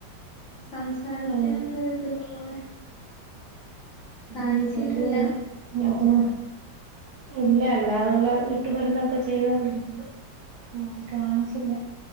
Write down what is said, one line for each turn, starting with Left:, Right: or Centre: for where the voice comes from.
Left: സംസാരത്തിന്
Right: ആഹ്
Left: എന്തോ ഒരിത് ഉള്ള പോലെ
Right: ഉം
Left: കാണിച്ചിട്ടില്ല
Right: പല്ല് വേദന അതിനാ ഇല്ല അല്ലാതെയുള്ള വീട്ടുമരുന്നൊക്കെ ചെയ്തൊണ്ടിരിക്കുന്നു ഉം കാണിച്ചില്ല